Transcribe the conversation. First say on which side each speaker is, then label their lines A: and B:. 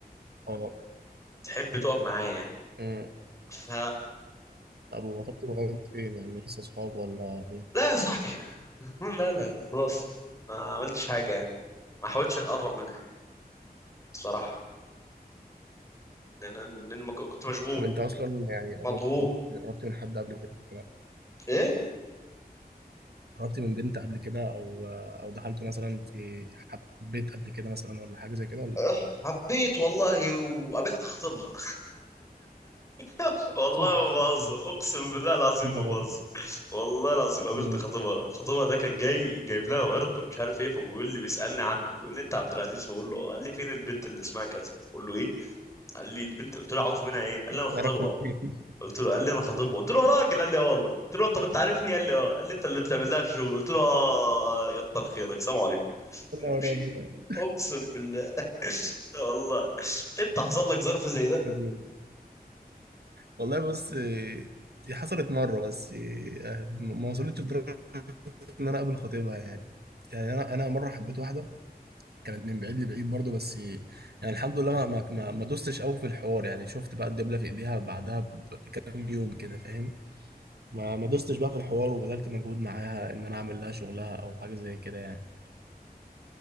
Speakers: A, on the right (about 80°); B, on the left (about 20°).
A: اه
B: بتحب تقف معايا يعني.
A: امم
B: ف
A: طب وقفتوا لغاية فين يعني لسه أصحاب ولا إيه؟
B: لا يا صاحبي <laughs> لا لا لا، خلاص ما عملتش حاجه يعني. ما حاولتش اتقرب منها يعني بصراحه لان لان ما ك- كنت مشغول
A: طب أنت أصلا يعني قربت
B: مضغوط
A: قربت قربت من حد قبل كده؟
B: ايه
A: قربت من بنت قبل كده او او دخلت مثلا في حبيت قبل كده مثلا ولا حاجه زي كده ولا
B: أه، حبيت والله وقابلت خطيبها <laughs> والله
A: <laughs>
B: ما بهزر اقسم بالله العظيم
A: يا نهار
B: ما بهزر
A: أبيض،
B: والله العظيم قابلت
A: ادمني
B: خطيبها خطيبها ده كان جاي جايب لها ورد ومش عارف ايه فبيقول لي بيسالني عنها بيقول لي انت عبد العزيز فبقول له قال لي فين البنت اللي اسمها كذا بقول له ايه قال لي البنت قلت له عاوز منها ايه قال لي انا خطيبها
A: تعرفوا منين <laughs>
B: قلت له قال لي انا خطيبها قلت له يا راجل قال لي اه والله قلت له طب انت عارفني قال لي اه قال لي انت اللي بتعمل لها الشغل قلت له اه يكتر خيرك سلام عليكم
A: يا نهار
B: ومشي
A: أبيض،
B: اقسم بالله <laughs> والله انت حصل لك ظرف زي ده
A: ادمني والله بص إيه، دي حصلت مره بس إيه، آه، ما وصلتش لدرجه ان انا اقابل خطيبها يعني يعني انا انا مره حبيت واحده كانت من بعيد لبعيد برضه بس إيه، يعني الحمد لله ما ما ما ما دوستش قوي في الحوار يعني شفت بقى الدبله في ايديها بعدها بكام يوم كده فاهم ما ما دوستش بقى في الحوار وبذلت مجهود معاها ان انا اعمل لها شغلها او حاجه زي كده يعني